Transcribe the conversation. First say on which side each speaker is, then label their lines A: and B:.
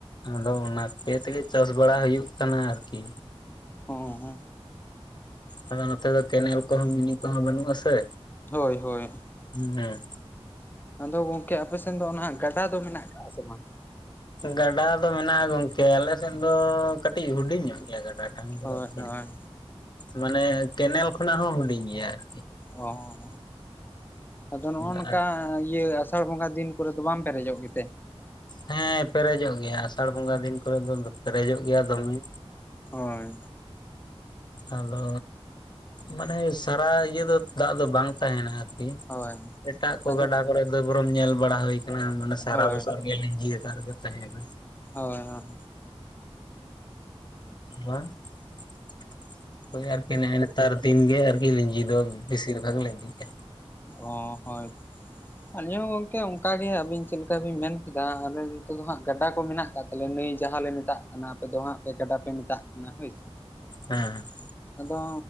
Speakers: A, on the left (about 45°); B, on the left (about 20°).
A: ᱟᱫᱚ ᱚᱱᱟ ᱯᱮ ᱛᱮᱜᱮ ᱪᱟᱥ ᱵᱟᱲᱟ ᱦᱩᱭᱩᱜ ᱠᱟᱱᱟ ᱟᱨᱠᱤ᱾
B: <unintelligible>
A: ᱟᱫᱚ ᱱᱚᱛᱮ ᱫᱚ ᱠᱮᱱᱮᱞ ᱠᱚᱦᱚᱸ ᱢᱤᱱᱤ ᱠᱚᱦᱚᱸ ᱵᱟᱹᱱᱩᱜ-ᱟ ᱥᱮ᱾
B: ᱦᱳᱭ ᱦᱳᱭ
A: ᱦᱩᱸ <unintelligible>
B: ᱟᱫᱚ ᱜᱚᱝᱠᱮ ᱟᱯᱮ ᱥᱮᱱ ᱫᱚ ᱚᱱᱟ ᱜᱟᱰᱟ ᱫᱚ ᱢᱮᱱᱟᱜ ᱠᱟᱜ-ᱟ ᱥᱮ ᱵᱟᱝ?
A: ᱜᱟᱰᱟ ᱫᱚ ᱢᱮᱱᱟᱜ-ᱟ ᱜᱚᱝᱠᱮ ᱟᱞᱮ ᱥᱮᱫ ᱫᱚ ᱠᱟᱹᱴᱤᱡ ᱦᱩᱰᱤᱧ ᱧᱚᱜ ᱜᱮᱭᱟ ᱜᱟᱰᱟ᱾ <unintelligible> ᱫᱚ
B: ᱦᱳᱭ
A: ᱟᱨᱠᱤ
B: ᱦᱳᱭ
A: ᱢᱟᱱᱮ ᱠᱮᱱᱮᱞ ᱠᱷᱚᱱᱟᱜ ᱦᱚᱸ ᱦᱩᱰᱤᱧ ᱜᱮᱭᱟ ᱟᱨ
B: ᱚ ᱦᱚᱸ ᱦᱚᱸ ᱟᱫᱚ ᱱᱚᱜ-ᱚ ᱱᱚᱠᱟ
A: ᱟᱨ
B: ᱤᱭᱟᱹ ᱥᱟᱲ ᱵᱚᱸᱜᱟ ᱫᱤᱱ ᱠᱚᱨᱮ ᱫᱚ ᱵᱟᱢ ᱯᱮᱨᱮᱡᱚᱜ ᱜᱮᱛᱮ?
A: ᱦᱮᱸ ᱯᱮᱨᱮᱡᱚᱜ ᱜᱮᱭᱟ ᱟᱥᱟᱲ ᱵᱚᱸᱜᱟ ᱫᱤᱱ ᱠᱚᱨᱮ ᱫᱚ ᱯᱮᱨᱮᱡᱚᱜ ᱜᱮᱭᱟ ᱫᱚᱢᱮ᱾
B: ᱦᱚᱭ
A: ᱟᱫᱚ ᱢᱟᱱᱮ ᱥᱟᱨᱟ ᱤᱭᱟᱹ ᱫᱚ ᱫᱟᱜ ᱫᱚ ᱵᱟᱝ ᱛᱟᱦᱮᱱᱟ ᱟᱨ ᱠᱤ
B: ᱦᱳᱭ
A: ᱮᱴᱟᱜ ᱠᱚ
B: ᱟᱫᱚ
A: ᱜᱟᱰᱟ ᱠᱚᱨᱮ <unintelligible> ᱵᱚᱨᱚᱢ ᱧᱮᱞ ᱵᱟᱲᱟ ᱦᱩᱭ ᱟᱠᱟᱱᱟ ᱢᱟᱱᱮ ᱥᱟᱨᱟ
B: ᱦᱳᱭ
A: ᱵᱚᱥᱚᱨ ᱜᱮ ᱞᱤᱡᱤ ᱟᱠ ᱨᱮᱜᱮ ᱛᱟᱦᱮᱸᱱᱟ᱾
B: ᱦᱚᱭ ᱦᱚᱭ
A: <unintelligible> ᱦᱳᱭ ᱟᱨᱠᱤ ᱱᱮᱜᱮ ᱱᱮᱛᱟᱨ ᱫᱤᱱᱜᱮ ᱟᱨᱠᱤ ᱞᱤᱸᱡᱤ ᱫᱚ ᱵᱤᱥᱤᱨ ᱵᱷᱟᱜᱽ ᱞᱤᱸᱡᱤᱜ-ᱟ᱾
B: ᱚᱸ ᱦᱚᱭ ᱟᱞᱤᱧ ᱦᱚᱸ ᱜᱚᱝᱠᱮ ᱚᱱᱠᱟ ᱜᱮ ᱟᱵᱤᱱ ᱪᱮᱫ ᱞᱮᱠᱟ ᱵᱤᱱ ᱢᱮᱱ ᱠᱮᱫᱟ ᱟᱞᱮ ᱱᱚᱛᱮ ᱫᱚ ᱦᱟᱸᱜ ᱜᱟᱰᱟ ᱠᱚ ᱢᱮᱱᱟᱜ ᱠᱟᱜ ᱛᱟᱞᱮ ᱱᱟᱹᱭ ᱡᱟᱦᱟᱸᱞᱮ ᱢᱮᱛᱟᱜ ᱠᱟᱱᱟ ᱟᱯᱮ ᱫᱚ ᱦᱟᱸᱜ ᱯᱮ ᱜᱟᱰᱟ ᱯᱮ ᱢᱮᱛᱟᱜ ᱠᱟᱱᱟ ᱦᱳᱭᱥᱮ᱾
A: <unintelligible>
B: ᱟᱫᱚ